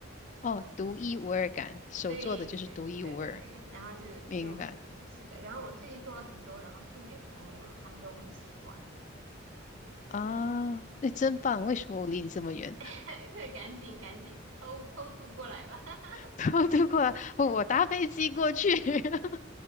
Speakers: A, on the left; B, on the right.
A: 哦，独一无二感，手做的就是独一无二，
B: 对对对对对对，然后就就是的，
A: 明白
B: 然后我最近做了很多，然后送给朋友了，他们都很喜欢，
A: 啊？那真棒，为什么我离你这么远？
B: <laughs> 对，赶紧赶紧偷偷渡过来吧。<laughs>
A: <laughs> 我都过来，我搭飞机过去，<laughs>